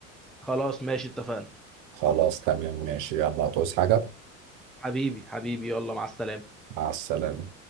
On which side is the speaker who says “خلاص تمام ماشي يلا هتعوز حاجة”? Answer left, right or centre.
Right